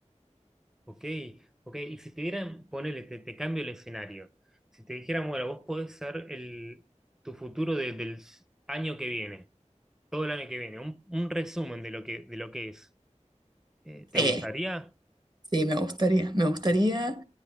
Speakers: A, in the centre; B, on the right.
A: ok, ok. Y si te dieran, ponele, te, te cambio el escenario. Si te dijeran, bueno, vos podés ser el, tu futuro de- del s- año que viene, todo el año que viene, un, un resumen de lo que, de lo que es, eh, ¿te
B: Sí,
A: gustaría?
B: Sí, me gustaría, me gustaría,
A: Sí,